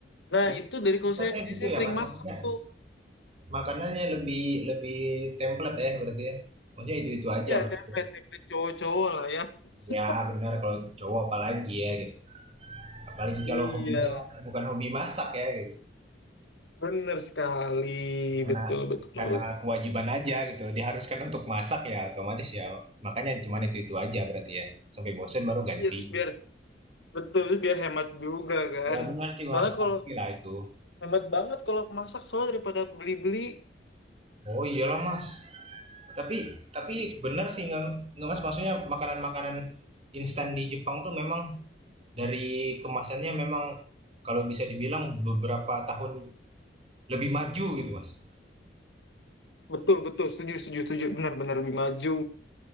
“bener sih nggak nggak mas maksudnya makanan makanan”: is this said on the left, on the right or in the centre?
Right